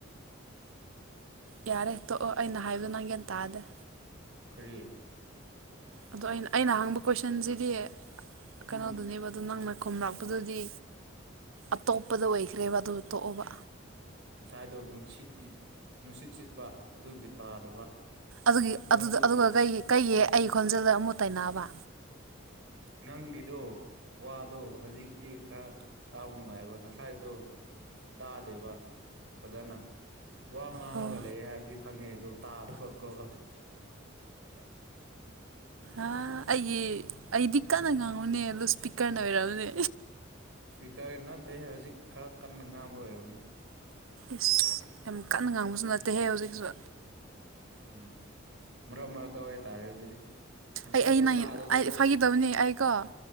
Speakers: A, on the right; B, on the right.
A: ꯌꯥꯔꯦꯦ ꯇꯣꯛꯑꯣ ꯑꯩꯅ ꯍꯥꯏꯕꯗꯣ ꯅꯪꯒꯦꯟ ꯇꯥꯗꯦ
B: ꯀꯔꯤ
A: ꯑꯗꯣ ꯑꯩꯅ ꯑꯩꯅ ꯍꯥꯡꯕ ꯀꯣꯏꯁꯟꯁꯤꯗꯤ
B: ꯎꯝ
A: ꯀꯩꯅꯣꯗꯨꯅꯦꯕ ꯑꯗꯣ ꯅꯪꯅ ꯈꯨꯝꯂꯛꯄꯗꯨꯗꯤ ꯑꯇꯣꯞꯄꯗ ꯑꯣꯏꯈ꯭ꯔꯦꯕ ꯑꯗꯨ ꯇꯣꯛꯑꯣꯕ
B: ꯉꯁꯥꯏꯗꯣ ꯅꯨꯡꯁꯤꯠꯀꯤ ꯅꯨꯡꯁꯤꯠ ꯁꯤꯠꯄ ꯑꯗꯨꯒꯤ ꯇꯥꯗꯕ
A: ꯑꯗꯨꯒꯤ
B: ꯅꯪꯗꯣ
A: ꯑꯗꯨꯒ ꯀꯩꯒꯤ ꯑꯩ ꯈꯣꯟꯖꯦꯜꯗ ꯑꯃꯨꯛ ꯇꯩꯅꯕ
B: ꯅꯪꯒꯤꯗꯣ ꯋꯥꯗꯣ ꯍꯧꯖꯤꯛꯇꯤ ꯈꯔ ꯇꯥꯕ ꯅꯨꯡꯉꯥꯏꯑꯕ ꯉꯁꯥꯏꯗꯣ ꯇꯥꯗꯦꯕ ꯐꯖꯅ ꯋꯥ ꯉꯥꯡꯂꯒ
A: ꯑꯣ
B: ꯂꯩꯦ ꯍꯥꯏꯕꯗꯤ ꯈꯪꯉꯦ ꯑꯗꯣ ꯇꯥꯗꯕꯀꯣ
A: ꯑ ꯑꯩꯒꯤ ꯑꯩꯗꯤ ꯀꯟꯅ ꯉꯥꯡꯉꯨꯅꯦ ꯂꯨꯁꯄꯤꯛ ꯀꯕꯤꯔꯅꯦ
B: ꯏꯁꯄꯤꯀꯔ ꯅꯠꯇꯦꯍꯦ ꯍꯧꯖꯤꯛ ꯈꯔ ꯀꯟꯅ ꯉꯥꯡꯕ ꯑꯣꯏꯔꯕꯅꯤ
A: ꯏꯁ ꯌꯥꯝ ꯀꯟꯅ ꯉꯥꯡꯕꯁꯨ ꯅꯠꯇꯦꯍꯦ ꯍꯧꯖꯤꯛꯁꯨ
B: ꯎꯝ ꯃꯔꯛ ꯃꯔꯛꯇ ꯍꯥꯏ ꯇꯔꯦ ꯑꯣꯏ ꯑꯗꯨꯗꯤ ꯉꯁꯥꯏꯗꯣ
A: ꯑꯩ ꯑꯩ
B: ꯇꯥꯗꯕꯀꯣ
A: ꯐꯥꯈꯤꯗꯕꯅꯤ ꯑꯩꯀꯣ